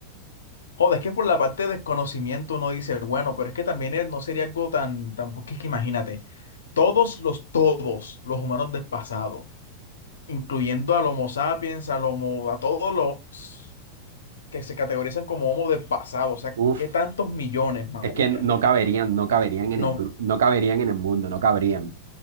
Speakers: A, on the left (about 65°); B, on the right (about 60°).
A: Joder, es que por la parte de desconocimiento uno dice, bueno, pero es que también es- no sería algo tan, tan, porque es que imagínate, todos los, todos los humanos del pasado, incluyendo al Homo sapiens, al Homo, a todos los que se categorizan como Homo del pasado, o sea,
B: Uf,
A: ¿qué tantos millones, marica?
B: es que no caberían, no caberían en
A: No,
B: el, gru- no caberían en el mundo, no caberían.